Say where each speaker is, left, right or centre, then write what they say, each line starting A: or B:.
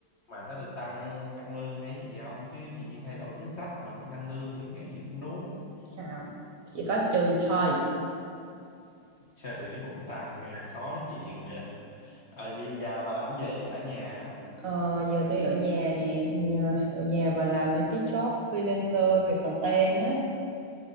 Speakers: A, on the left; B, on the right.
A: Mà có được tăng tăng lương hay gì không? Chứ chị nhiên thay đổi chính sách mà không tăng lương thì nghỉ cũng đúng.
B: không chỉ có trừ thôi
A: Trừ chứ không tăng, nghe khó nói chuyện vậy. Ờ, vậy giờ bà làm gì vậy? Bà ở nhà hả?
B: ờ, giờ tôi ở nhà nè nhờ- ở nhà và làm mấy cái job freelancer về content á